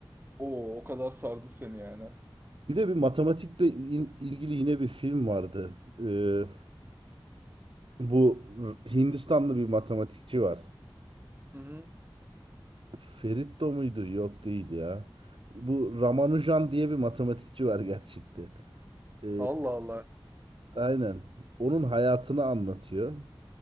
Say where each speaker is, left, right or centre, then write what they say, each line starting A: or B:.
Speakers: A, on the right (about 25°); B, on the right (about 70°).
A: Oo, o kadar sardı seni yani.
B: Bir de bir matematikle in- ilgili yine bir film vardı. Ee, bu R- Hindistanlı bir matematikçi var.
A: Hı hı.
B: Feritto muydu? Yok değil ya. Bu Ramanujan diye bir matematikçi var gerçekte. Ee,
A: Allah Allah.
B: aynen. Onun hayatını anlatıyor.